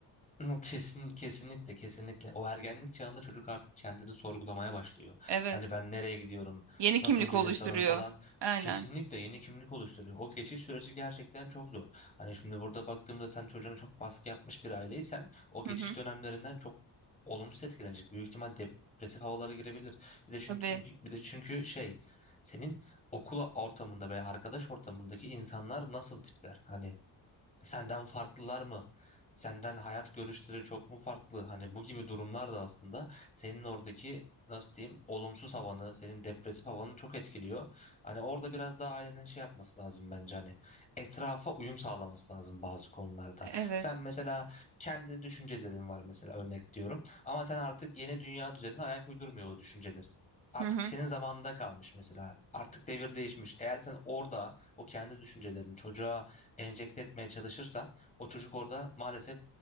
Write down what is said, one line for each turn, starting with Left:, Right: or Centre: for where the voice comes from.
Left: Hı, Kesin, kesinlikle kesinlikle o ergenlik çağında çocuk artık kendini sorgulamaya başlıyor.
Right: Evet.
Left: Hani ben nereye gidiyorum,
Right: Yeni
Left: nasıl
Right: kimlik
Left: bir
Right: oluşturuyor.
Left: insanım falan.
Right: Aynen.
Left: Kesinlikle yeni kimlik oluşturuyor. O geçiş süreci gerçekten çok zor. Hani şimdi burada baktığımda sen çocuğuna çok baskı yapmış bir aileysen o geçiş
Right: Hı hı.
Left: dönemlerinden çok olumsuz etkilenecek. Büyük ihtimal depresif havalara girebilir. Bir de çünkü
Right: Tabii.
Left: bir de çünkü şey senin okula ortamında veya arkadaş ortamındaki insanlar nasıl tipler? Hani Senden farklılar mı? Senden hayat görüşleri çok mu farklı? Hani bu gibi durumlar da aslında senin oradaki nasıl diyeyim olumsuz havanı, senin depresif havanı çok etkiliyor. Hani orada biraz daha ailenin şey yapması lazım bence hani etrafa uyum sağlaması lazım bazı konularda.
Right: Evet.
Left: Sen mesela kendi düşüncelerin var mesela örnek diyorum ama sen artık yeni dünya düzenine ayak uydurmuyor o düşüncelerin. Artık
Right: Hı hı.
Left: senin zamanında kalmış mesela. Artık devir değişmiş. Eğer sen orada o kendi düşüncelerini çocuğa enjekte etmeye çalışırsan o çocuk orada maalesef